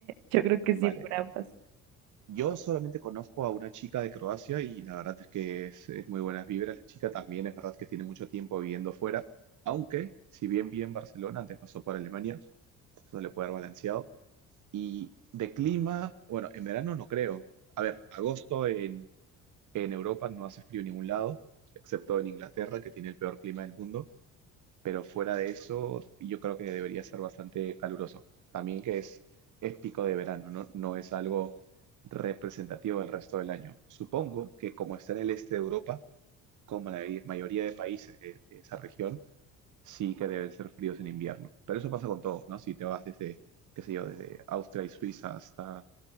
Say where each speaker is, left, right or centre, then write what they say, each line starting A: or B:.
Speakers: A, on the right (about 80°); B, on the right (about 55°).
A: Yo creo que
B: Vale,
A: sí, por ambas.
B: yo solamente conozco a una chica de Croacia y la verdad es que es, es muy buenas vibras. La chica también es verdad que tiene mucho tiempo viviendo fuera, aunque si bien vive en Barcelona, antes pasó por Alemania, eso le puede haber balanceado. Y de clima, bueno, en verano no creo. A ver, agosto En Europa no hace frío en ningún lado, excepto en Inglaterra, que tiene el peor clima del mundo, pero fuera de eso, yo creo que debería ser bastante caluroso. También que es, es pico de verano, ¿no? No es algo representativo del resto del año. Supongo que como está en el este de Europa, como la mayoría de países de, de esa región, sí que deben ser fríos en invierno. Pero eso pasa con todo, ¿no? Si te vas desde, qué sé yo, desde Austria y Suiza hasta,